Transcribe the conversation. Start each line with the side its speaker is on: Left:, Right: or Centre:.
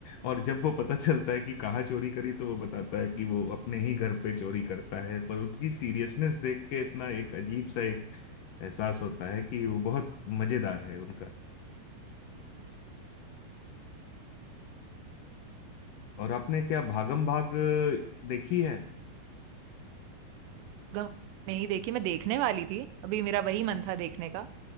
Left: और जब वो पता चलता है कि कहाँ चोरी करी तो वो बताता है कि वो अपने ही घर पे चोरी करता है पर उनकी सीरियसनेस देख के इतना एक अजीब सा एक एहसास होता है कि वो बहुत मजेदार है उनका और आपने क्या भागम भाग देखी है
Right: गम नहीं देखी मैं देखने वाली थी अभी मेरा वही मन था देखने का